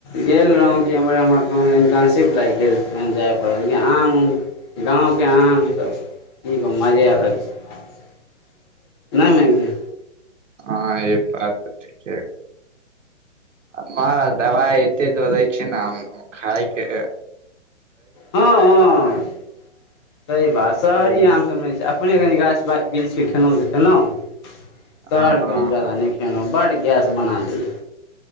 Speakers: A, on the left; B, on the right.
A: गेल रहौं कि हमरा मतलब इंटर्नशिप लागि गेल, जाय पड़ल, लेकिन आम। गामक आमसभ ई मजे अलग छैइ। नई नई गेल
B: हँऽ, ई बात तऽ ठीके। मारा दवाई एते दऽ दैइछ नऽ, खाइके।
A: हँऽ, हँऽ, सही बात। शहरी
B: की
A: आमसभ नहि छैइ। अपने कनि गाछ-वृक्षक खेनौं तऽ खेनौं, शहरके
B: हँ
A: हम जादा नई खेनौं। बड्ड गैस बना दैय।